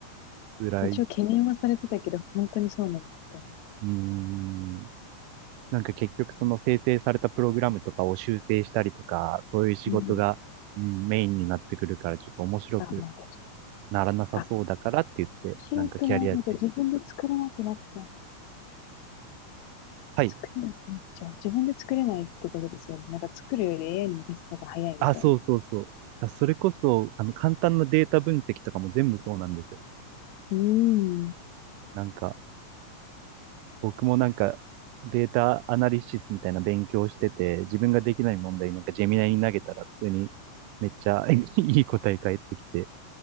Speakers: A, on the right; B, on the left.
A: 辛い。
B: 一応懸念はされてたけど、
A: う
B: 本当にそうなんだったね。
A: ーん。なんか結局その生成されたプログラムとかを修正したりとか、そういう仕事が、
B: うん。
A: うん、メインになってくるからちょっと面白く
B: あ、まあ、確
A: ならなさそうだからって言って、
B: かに。あ、面白くないので自分で作れなくなっちゃう。
A: なんかキャリアチェンジ。はい。
B: 作れなくなっちゃう。自分で作れないってことですよね。なんか作るより AI に任せた方が早いみたいな。
A: あ、そうそうそう。だそれこそ、あの、簡単なデータ分析とかも全部そうなんですよ。
B: うん。
A: なんか、僕もなんか、データアナリシスみたいな勉強してて、自分ができない問題なんかジェミナイに投げたら普通にめっちゃ <laughs> いい答え返ってきて、